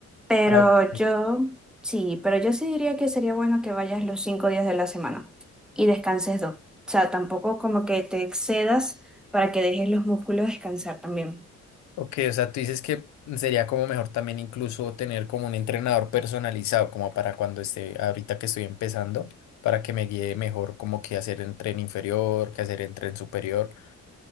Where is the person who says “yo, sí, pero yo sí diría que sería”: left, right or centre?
Centre